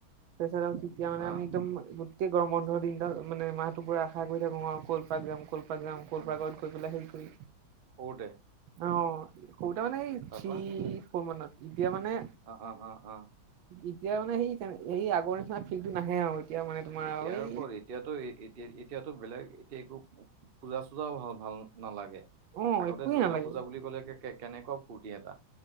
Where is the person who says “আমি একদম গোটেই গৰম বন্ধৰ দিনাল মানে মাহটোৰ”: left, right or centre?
Right